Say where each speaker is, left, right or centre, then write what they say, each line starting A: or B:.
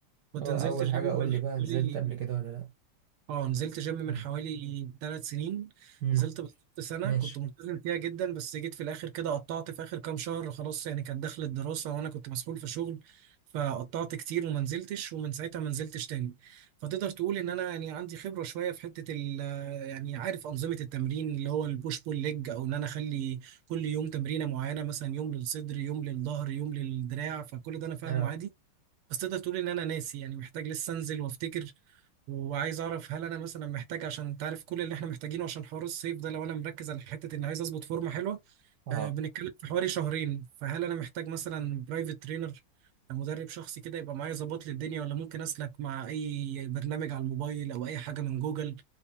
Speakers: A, on the right; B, on the right.
A: كنت
B: اه
A: نزلت
B: اول
A: جيم
B: حاجة قول
A: من
B: لي
A: حوالي
B: بقى نزلت قبل كده ولا لا
A: اه نزلت جيم من
B: مم.
A: حوالي ثلاث سنين
B: مم.
A: نزلت بالظبط سنة
B: ماشي
A: كنت ملتزم فيها جدا بس جيت في الآخر كده قطعت في آخر كام شهر خلاص يعني كانت دخل الدراسة وأنا كنت مسؤول في شغل فقطعت كتير وما نزلتش ومن ساعتها ما نزلتش تاني فتقدر تقول إن أنا يعني عندي خبرة شوية في حتة ال يعني عارف أنظمة التمرين اللي هو البوش بول ليج أو إن أنا أخلي كل يوم تمرينة معينة مثلا يوم للصدر يوم للظهر يوم للدراع فكل ده أنا فاهمه
B: اه
A: عادي بس تقدر تقول ان انا ناسي يعني محتاج لسه انزل وافتكر وعايز اعرف هل انا مثلا محتاج عشان تعرف كل اللي احنا محتاجينه عشان حوار الصيف ده لو انا مركز على حته ان عايز اظبط فورمه حلوه
B: اه
A: آه بنتكلم في حوالي شهرين فهل انا محتاج مثلا برايفت ترينر مدرب شخصي كده يبقى معايا يظبط لي الدنيا ولا ممكن اسلك مع اي برنامج على الموبايل او اي حاجه من جوجل